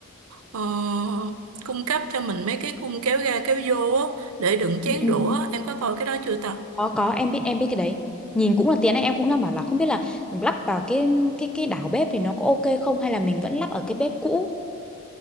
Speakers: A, on the right; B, in the centre.
A: ờ, cung cấp cho mình mấy cái khung kéo ra kéo vô á, để đựng chén
B: ừ, ừ.
A: đũa em có coi cái đó chưa ta
B: có có em biết em biết cái đấy nhìn cũng là tiếng này em cũng đang bảo là không biết là lắp vào cái cái cái đảo bếp thì nó có ok không hay là mình vẫn lắp ở cái bếp cũ